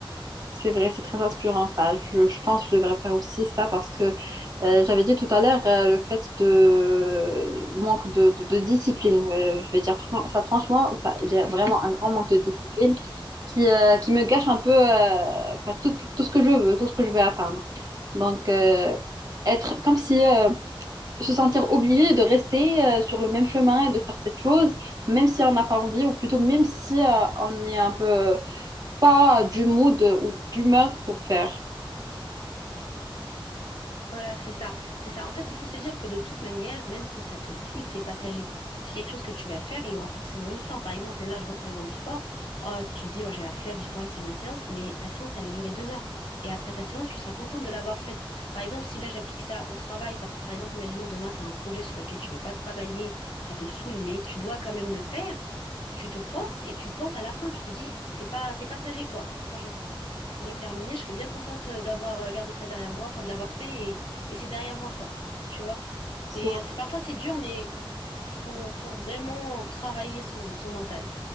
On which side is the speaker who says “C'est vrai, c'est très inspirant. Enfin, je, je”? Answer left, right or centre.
Right